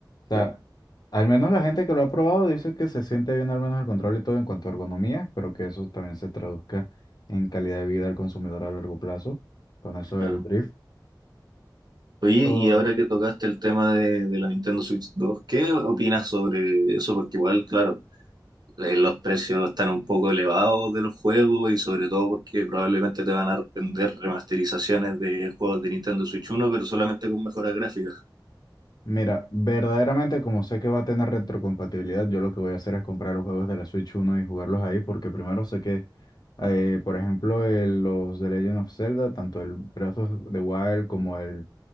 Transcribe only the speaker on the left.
O sea,
al menos la gente que lo ha probado dice que se siente bien al menos el control y todo en cuanto a ergonomía, pero que eso también se traduzca en calidad de vida al consumidor a largo plazo, con eso
del drift.
Oh,
Mira, verdaderamente como sé que va a tener retrocompatibilidad, yo lo que voy a hacer es comprar los juegos de la Switch uno y jugarlos ahí, porque primero sé que, eh, por ejemplo, el- los de Legend of Zelda, tanto el Breath of the Wild como el